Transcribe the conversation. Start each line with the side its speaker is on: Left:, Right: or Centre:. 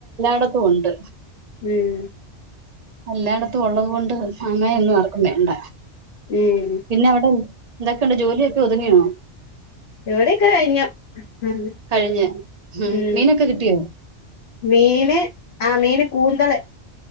Right: ടത്തും ഉണ്ട്.
Left: ഉം
Right: എല്ലായിടത്തും ഉള്ളത് കൊണ്ട് മാങ്ങയൊന്നും ആർക്കും വേണ്ട.
Left: ഉം
Right: പിന്നവിടെ എന്തൊക്കെയുണ്ട് ജോലിയൊക്കെ ഒതുങ്ങിയോ.
Left: ഇവിടെയൊക്കെ കഴിഞ്ഞു ഉം
Right: കഴിഞ്ഞ് ഉം
Left: മ്മ്
Right: മീനൊക്കെ കിട്ടിയോ
Left: മീന് ആ മീൻ. കൂന്തള്